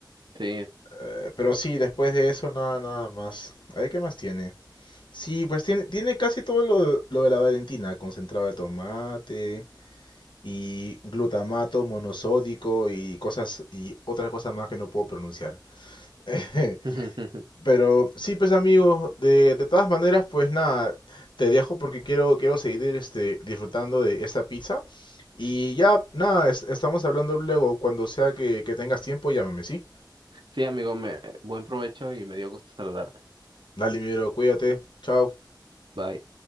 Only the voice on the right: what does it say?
Sí.
<laughs>
Sí, amigo, me, buen provecho y me dio gusto saludarte.
Bye.